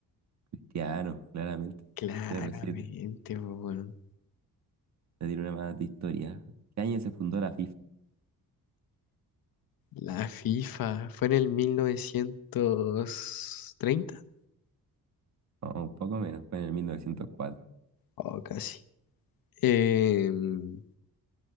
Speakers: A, on the right; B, on the left.
A: Cristiano, claramente.
B: Claramente,
A: cero siete,
B: po, weón.
A: Te dieron una más de historia. ¿Qué año se fundó la
B: La FIFA fue en el 1930
A: o un poco menos, fue en el mil novecientos cuatro
B: o casi. Em,